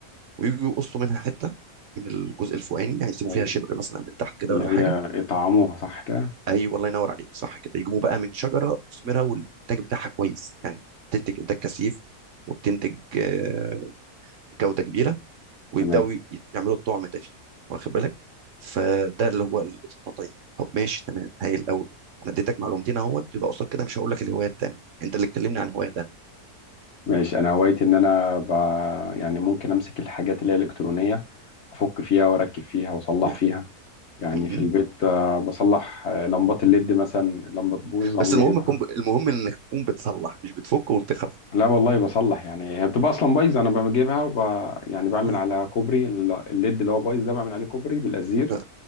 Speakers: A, on the right (about 60°); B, on the left (about 55°).
A: ويجوا يقصوا منها حته من الجزء الفوقاني يعني يسيبوا
B: هي
A: فيها شبر مثلا من تحت كده
B: اللي
A: ولا
B: هي
A: حاجه
B: يطعموها صح كده
A: اي والله ينور عليك صح كده يجيبوا بقى من شجره مثمره والانتاج بتاعها كويس يعني بتنتج انتاج كثيف وبتنتج آه، جوده كبيره ويبداوا
B: تمام
A: ي- يعملوا الطعم ده فيه واخد بالك فده اللي هو ال- التطعيم طب ماشي تمام هايل قوي انا اديتك معلومتين اهوت يبقى قصاد كده مش هقول لك الهوايه التانيه انت اللي تكلمني عن هوايه تانيه
B: ماشي أنا هوايتي إن أنا ب... يعني ممكن أمسك الحاجات اللي هي الإلكترونية أفك فيها وأركب فيها وأصلح
A: yeah.
B: فيها يعني
A: م- م.
B: في البيت آه، بصلح آه، لمبات الليد مثلا اللمبة تبوظ أقوم
A: بس المهم
B: جايبها
A: تكون ب... المهم انك تكون بتصلح مش بتفك وبتخرف
B: لا والله بصلح يعني هي بتبقى اصلا بايظه انا بجيبها وب... يعني بعمل
A: اه
B: على كوبري ال- الليد اللي هو بايظ ده بعمل عليه كوبري بالازير
A: اه